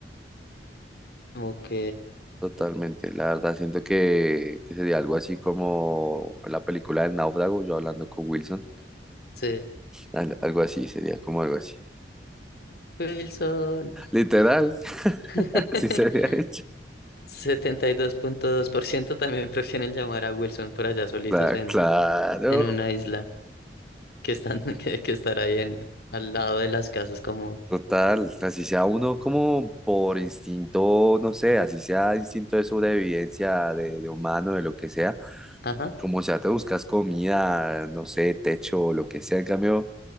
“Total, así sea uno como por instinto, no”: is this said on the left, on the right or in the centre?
Centre